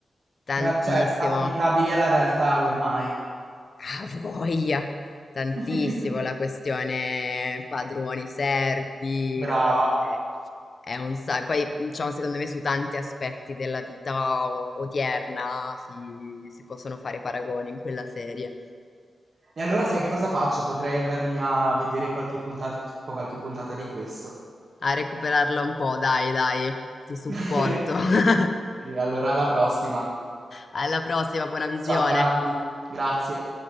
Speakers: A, on the left; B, on the right.
A: tantissimo.
B: tra- cioè applicabili alla realtà ormai.
A: Ah, voglia! Tantissimo
B: <laughs>
A: la questione padroni, servi,
B: Brava.
A: no, no, è, è un sacco. Poi, diciamo, secondo me su tanti aspetti della vita o- odierna si, si possono fare paragoni in quella serie.
B: E allora sai che cosa faccio? Potrei andarmi a vedere qualche puntata, qualche puntata di questo.
A: A recuperarla un po', dai, dai, ti supporto.
B: <laughs>
A: <laughs>
B: Sì, allora alla prossima.
A: Alla prossima, buona visione.
B: Ciao Cami, grazie.